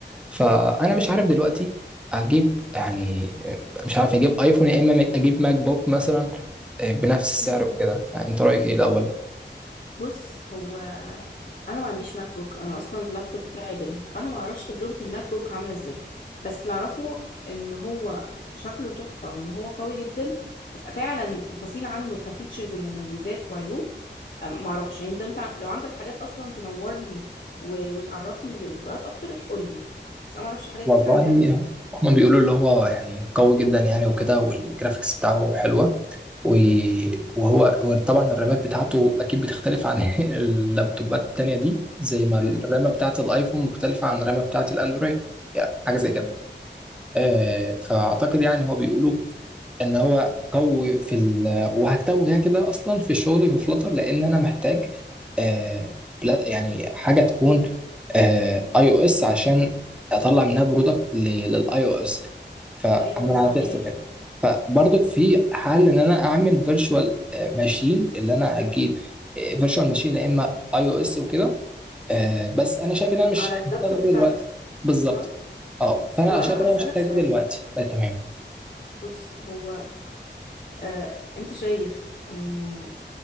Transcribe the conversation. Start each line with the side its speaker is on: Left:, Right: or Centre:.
Centre: فانا مش عارف دلوقتي اجيب يعني مش عارف اجيب ايفون يا اما اجيب ماك بوك مثلا بنفس السعر
Left: امم
Centre: وكده يعني انت رايك ايه الاول
Left: بص هو انا ما عنديش ماك بوك انا اصلا اللابتوب بتاعي ديل فانا ما اعرفش تجربه الماك بوك عامله ازاي بس اللي اعرفه ان هو شكله تحفه وان هو قوي جدا بس فعلا تفاصيل عنه كفيتشرز ومميزات وعيوب أم- معرفش يعني لو انت لو عندك حاجات اصلا تنور لي و... وتعرفني الفروقات اكتر قول لي بس انا معرفش حاجات
Centre: والله
Left: كتير عن ماك بوك
Centre: هما بيقولوا اللي هو يعني قوي جدا يعني وكده والجرافيكس بتاعه حلوة و- وهو وطبعا الرامات بتاعته أكيد بتختلف عن <laughs> اللابتوبات التانية دي زي ما الرامة
Left: امم
Centre: بتاعة الآيفون مختلفة عن الرامة بتاعة الأندرويد يعني حاجة زي كده
Left: امم
Centre: آه، فأعتقد يعني هو بيقولوا ان هو قوي في ال وهكتبه كده كده اصلا في شغلي في فلاتر لان انا محتاج آه بلا- يعني حاجه تكون اي او اس عشان اطلع منها برودكت للاي او اس فانا
Left: ايوه صحيح
Centre: عدلت كده فبرضك في حل ان انا اعمل فيرتشوال ماشين اللي انا اجيب فيرتشوال ماشين يا اما اي او اس وكده آه، بس انا شايف ان انا مش
Left: على
Centre: هحتاج
Left: اللابتوب
Centre: ده
Left: بتاعتك
Centre: دلوقتي بالظبط
Left: صح
Centre: اه فانا
Left: طب انا
Centre: شايف ان انا
Left: هسألك
Centre: مش هحتاج
Left: سؤال
Centre: ده دلوقتي آه، تمام
Left: بص هو آه انت شايف انه